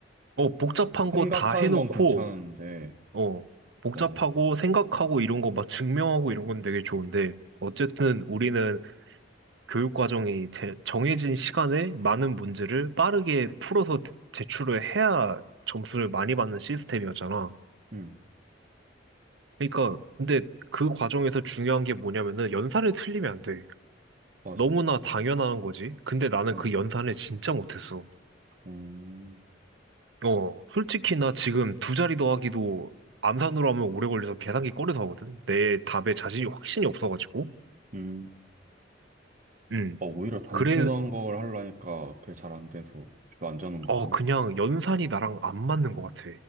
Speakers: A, on the right; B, on the right.
A: 어, 복잡한
B: 생각하는
A: 거 다 해놓고,
B: 건 괜찮은데,
A: 어, 복잡하고
B: 어,
A: 생각하고 이런 거 막 증명하고 이런 건 되게 좋은데, 어쨌든 우리는 교육 과정이 제- 정해진 시간에 많은 문제를 빠르게 풀어서 제출을 해야 점수를 많이 받는 시스템이었잖아.
B: 음,
A: 그러니까 근데 그 과정에서 중요한 게 뭐냐면은 연산을 틀리면 안 돼.
B: 맞아.
A: 너무나 당연한 거지. 근데 나는
B: 어,
A: 그 연산을 진짜 못했어.
B: 음,
A: 어, 솔직히 나 지금 두 자리 더하기도 암산으로 하면 오래 걸려서 계산기 꺼내서 하거든. 내 답에 자신이 확신이 없어가지고.
B: 음.
A: 음.
B: 어, 오히려 단순한
A: 그래,
B: 걸 하려니까 그게 잘 안 돼서 별로 안 자는 거구나.
A: 어, 그냥 연산이 나랑 안 맞는 것 같아.